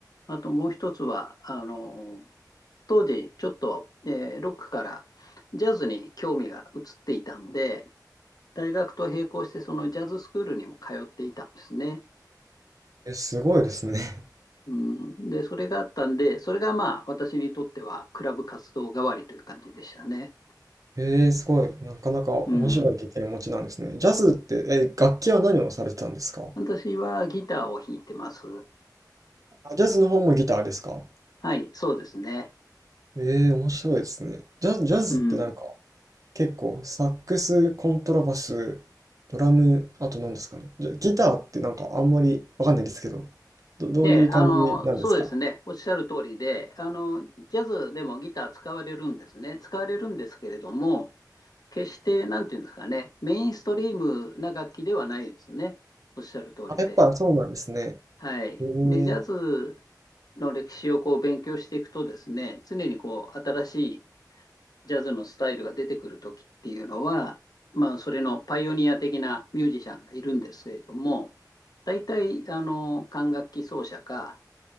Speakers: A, on the left (about 60°); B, on the right (about 50°).
A: あともう一つは、あの、当時ちょっと、えーロックからジャズに興味が移っていたんで、大学と並行してそのジャズスクールにも通っていたんですね。
B: え、すごいですね。<laughs>
A: うん、で、それがあったんで、それがまあ私にとってはクラブ活動代わりという感じでしたね。
B: えーすごい。なかなか面白い経験をお持ちなんですね。
A: うん、
B: ジャズって、え、楽器は何をされてたんですか？
A: 私はギターを弾いてます。
B: あ、ジャズの方もギターですか？
A: はい、そうですね。
B: えー面白いですね。ジャズジャズってなんか、
A: うん
B: 結構サックス、コントラバス、ドラム、あと何ですかね。じゃ、ギターってなんかあんまりわかんないですけど、どどういう感じなんですか？
A: ええ、あの、そうですね。おっしゃる通りで、あの、ジャズでもギター使われるんですね。使われるんですけれども、決して、なんていうんですかね、メインストリームな楽器ではないですね。おっしゃる通りで。
B: あ、やっぱそうなんですね。
A: はい。
B: へー
A: で、ジャズの歴史をこう勉強していくとですね、常にこう、新しいジャズのスタイルが出てくるときっていうのは、まあ、それのパイオニア的なミュージシャンがいるんですけれども、大体、あの、管楽器奏者か、